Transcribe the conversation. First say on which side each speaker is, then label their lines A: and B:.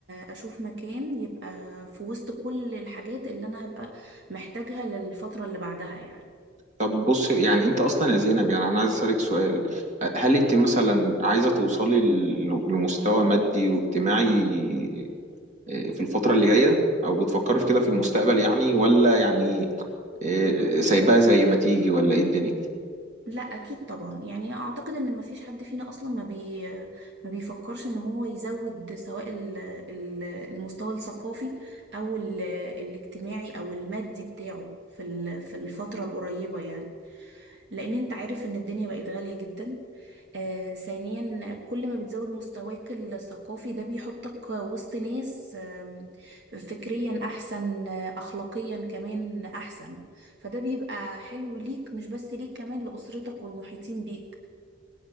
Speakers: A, on the right (about 65°); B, on the right (about 40°).
A: آه، اشوف مكان يبقى في وسط كل الحاجات اللي انا هبقى محتاجها للفترة اللي بعدها يعني
B: طب بص يعني انت اصلا يا زينب يعني انا عايز اسالك سؤال هل انت مثلا عايزة توصلي ل- لمستوى مادي واجتماعي إيه، في الفترة اللي جاية او بتفكري في كده في المستقبل يعني ولا يعني إيه، سايباها زي ما تيجي ولا ايه الدنيا
A: لا اكيد طبعا يعني اعتقد ان مفيش حد فينا اصلا ما بي ما بيفكرش ان هو يزود سواء ال- ال- المستوى الثقافي او ال- الاجتماعي او المادي بتاعه في ال- في الفترة القريبة يعني لان انت عارف ان الدنيا بقت غالية جدا آه ثانيا كل ما بتزود مستواك الثقافي ده بيحطك وسط ناس آم، فكريا احسن آه، اخلاقيا كمان احسن فده بيبقى حلو ليك مش بس ليك كمان لأسرتك والمحيطين بيك